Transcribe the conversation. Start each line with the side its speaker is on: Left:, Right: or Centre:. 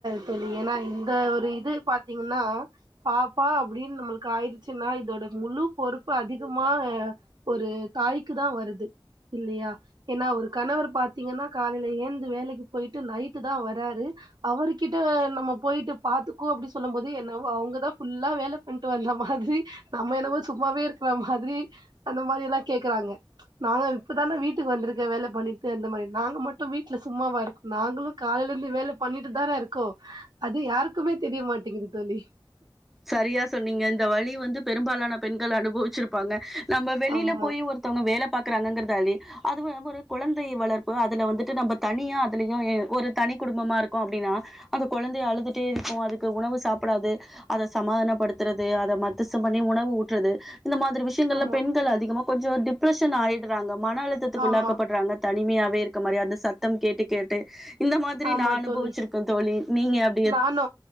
Right: தோழி எனா இந்த ஒரு இது பாத்தீங்கன்னா பாப்பா அப்டின்னு நம்முளுக்கு ஆயிருச்சுன்னா இதோட முலூ பொறுப்பு அதிகமா ஆ ஒரு தாய்க்கு தா வருது இல்லயா. எனா ஒரு கணவரு பாத்தீங்கன்னா காலெல ஏந்து வேலெக்கி போய்ட்டு நைட்டு தா வராரு அவருகிட்ட நம்ம போயிட்டு பாத்துப் க்கு அப்டி சொல்லும் போது என்ன வோ அவுங்கதா ஃபுல்லா வேல பண்ட்டு வந்த மாதிரி நம்ம என்னவோ சும்மாவே இருக்கிற மாதிரி அந்த மாரில்லா கேக்கறாங்க நாங்க இப்பதான வீட் வீட்டுக்கு வந்திருக்க வேல பண்ணிட்டு அந்த மாரி நாங்க மட்டு வீட்ல சும்மாவா இருக்கோ நாங்களு காலேல இருந்து வேல பண்ணிட்டு தான இருக்கோ அது யாருக்குமே தெரியமாட்டிங்கிது தோழி
Centre: சரியா சொன்னீங்க இந்த வலி வந்து பெரும்பாலான பெண்கள் அனுபவிச்சிருப்பாங்க நம்ப வெளில
Right: ஆமா
Centre: போய் ஒரு த்தவ்ங்க வேல பாக்கறாங்கங்கிறதாலயே அது வ ஒரு குழந்தை வளர்ப்பு அதுல வந்துட்டு நம்ப தனியா அதுலயு எ ஒரு தனி குடும்பமா இருக்கோ அப்டின்னா அந்த கொழந்தைய அழுதுட்டே இருக்கு அதுக்கு உணவு சாப்புடாது அத சமாதானப்படுத்துறது அத மத்தசம் பண்ணி உணவு ஊட்றது இந்த மாதிரி விஷயங்கள்ல
Right: ஆமா
Centre: பெண்கள் அதிகமா கொஞ்சோ டிப்ரஷன் ஆயிட்றாங்க மன அழுத்தத்துக்குள்ளாக்கப்பட்றாங்க
Right: ஆமா
Centre: தனிமையாவே இருக்க மாரி அந்த சத்தம் கேட்டு கேட்டு இந்த மாதிரி
Right: ஆமா
Centre: நா அனுபவிச்சிருக்கே
Right: தோழி
Centre: தோழி நீங்க அ
Right: நானு